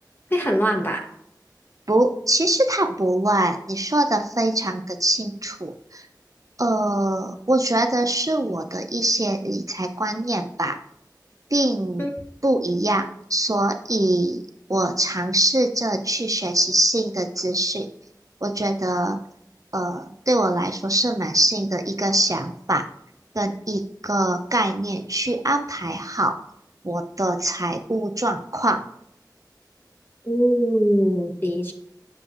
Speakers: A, on the left (about 30°); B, on the right (about 50°).
A: 会很乱吧？
B: 不，其实它不乱，你说的非常的清楚。呃，我觉得是我的一些理财观念吧，并不一样，
A: 嗯，
B: 所以我尝试着去学习新的资讯。我觉得，呃，对我来说是蛮新的一个想法跟一个概念，去安排好我的财务状况。
A: 嗯